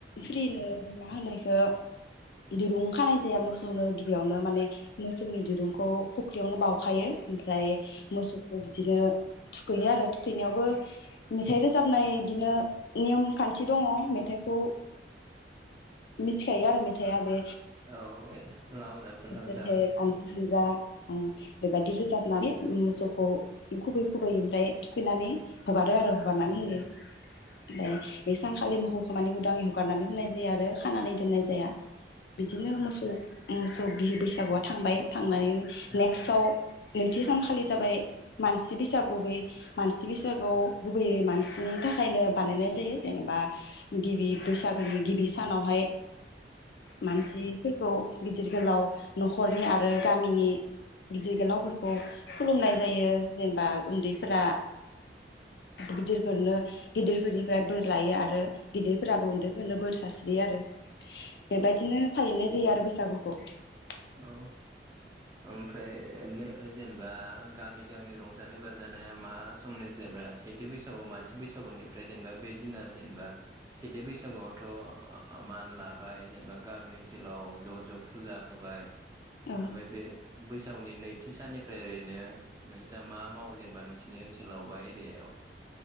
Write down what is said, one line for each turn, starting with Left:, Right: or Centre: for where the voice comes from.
Left: फ्रिनो मा होनो इ ओ दिरुं खानाय जाया मोसौ खौनो गिबियावनो माने मोसौनि दिरुंखौ फुख्रियावनो बाउखायो ओमफ्राय मोसौखौ बिदिनो थुखैयो आरो थुखैनायावबो मेथाइ रोजाबनाय बिदिनो नेम खान्थि दङ मेथाइखौ मिथिखायो आरो मेथाया बे
Right: औ लाव जा फान्थाव
Left: हे
Right: जा
Left: हानजा हानजा ओम बेबायदि रोजाब नानै मोसौखौ खुबै खुबै ओमफ्राय थुखैनानै हगारो आरो हगारनानै होयो ओमफ्राय बे सानखालिनो मोखौ माने उदाङै हगारनानै होनाय जायो आरो खानानै दोननाय जाया बिदिनो मोसौ मोसौ बिहु बैसागु बैसागुआ थांबाय थांनानै
Right: औ-औ-औ-औ-औ-औ-औ-औ-औ-औ-औ-औ-औ
Left: नेक्सआव नैथि सानखालि जाबाय मानसि बैसागु बे मानसि बैसागुआव गुबैयै मानसिनि थाखायनो बानायनाय जायो जेनेबा गिबि बैसागुनि गिबि सानावहाय मानसिफोरखौ गिदिर गोलाव नखरनि आरो गामिनि गिदिर गोलावफोरखौ खुलुमनाय जायो जेनेबा उन्दैफोरा गिदिरफोरनो गिदिरफोरनिफ्राय बोर लायो आरो गिदिरफोराबो उन्दैफोरनो बोर सास्रियो आरो बेबायदिनो फालिनाय जायो आरो बैसागु बैसागुखौ
Right: औ ओमफ्राय जेन जेनेबा गामि गामि रंजानाय बाजानाया मा समनि जेनेबा सेथि बैसागु मानसि बैसागुनिफ्राय जेनेबा बे दिना जेनेबा सेथि बैसागुआवथ मान लाबाय जेनेबा गामि ओनसोलाव ज ज फुजा होबाय
Left: औ
Right: ओमफ्राय बे बैसागुनि नैथि साननिफ्राय <unintelligible> ओरैनो नोंसिना मा मावो जेनेबा नोंसोरनि ओनसोलाव बा एरियायाव?